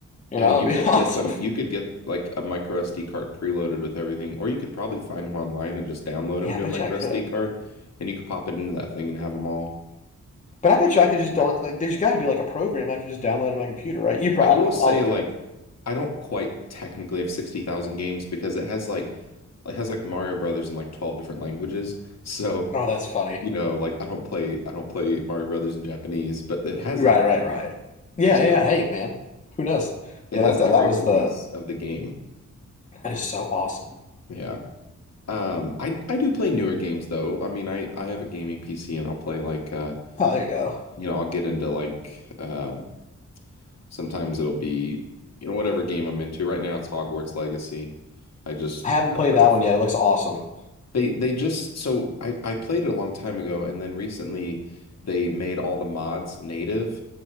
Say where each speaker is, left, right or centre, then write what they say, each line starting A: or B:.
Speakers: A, on the left; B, on the left.
A: You
B: Yeah,
A: know,
B: you
A: <laughs> it'd be
B: could
A: awesome.
B: get them, you could get like a micro SD card preloaded with everything, or you could probably find them online and just download them
A: Yeah, I
B: to
A: bet
B: a micro
A: you I could.
B: SD card and you could pop it into that thing and have them all.
A: But I bet you I could just don't like. There's got to be like a program I could just download on my computer, right? You probably.
B: I will
A: I don't
B: say
A: know. I'll look
B: like
A: it up.
B: I don't quite technically have 60,000 games because it has like it has like Mario Brothers in like 12 different languages. So,
A: Oh, that's funny.
B: you know, like I don't play I don't play Mario Brothers in Japanese, but it has
A: Right.
B: it,
A: Right.
B: you know.
A: Right. Yeah.
B: So,
A: Yeah. Hey, man. Who knows?
B: it
A: Yeah.
B: has
A: That's
B: every
A: that was
B: release
A: the.
B: of the game.
A: That is so awesome.
B: Yeah. Um I I do play newer games though. I mean, I I have a gaming PC and I'll play like uh
A: Oh, there you go.
B: you know, I'll get into like um sometimes it'll be you know whatever game I'm into. Right now it's Hogwarts Legacy. I just
A: I haven't
B: I
A: played
B: don't know.
A: that one yet. It looks awesome.
B: They they just so I I played it a long time ago and then recently they made all the mods native.